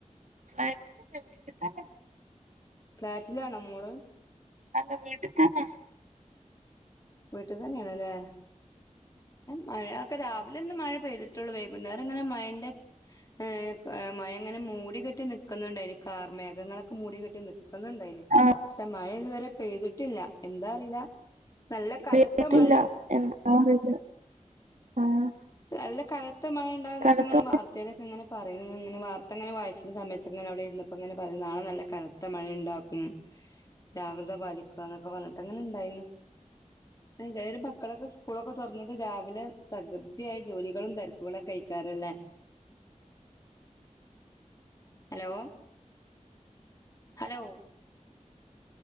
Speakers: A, on the right (about 70°); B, on the left (about 30°).
A: ഐ <unintelligible>
B: ഫ്ലാറ്റിലാണോ മോള്
A: അല്ല വീട്ടിത്തന്നെ
B: വീട്ടിതന്നെയാണില്ലേ മഴയൊക്കെ രാവിലെ ഒന്ന് മഴ പെയ്തിട്ടുള്ളു വൈകുന്നേരം ഇങ്ങനെ മഴന്റെ ഏഹ് ക മഴ അങ്ങനെ മൂടികെട്ടി നിക്കുന്നുണ്ടായിന് കാർ മേഘങ്ങളൊക്കെ മൂടികെട്ടി നിക്കുന്നുണ്ടായിര്ന്നു
A: ആഹ്
B: ക്ഷെ മഴ ഇതുവരെ പെയ്തിട്ടില്ല എന്താ അറിയില്ല നല്ല കനത്ത
A: പെയ്തിട്ടില്ല
B: മഴ
A: എ <unintelligible> ആഹ്
B: നല്ല കനത്ത മഴ ഇണ്ടാവുന്നൊക്കെ
A: കനത്ത
B: ഇങ്ങനെ വാർ വാർത്തേലൊക്കെ ഇങ്ങനെ പറയുന്നു ഇങ്ങനെ വാർത്ത ഇങ്ങനെ വായിച്ച സമയത്ത് ഇങ്ങനെ അവിടെ ഇരുന്നപ്പോ ഇങ്ങനെ പറയുന്നു നാളെ നല്ല കന ത്ത മഴ ഇണ്ടാക്കും ജാഗ്രത പാലിക്കുക എന്നൊക്കെ പറഞ്ഞിട്ട് അങ്ങനെ ഇണ്ടായിന്നു <unintelligible> മക്കളൊക്കെ സ്കൂളൊക്കെ തുറന്നിട്ട് രാവിലെ തകർ തിയായ ജോലികളും തെരക്കുകളും കയ്ക്കാറല്ലേ ഹലോ ഹലോ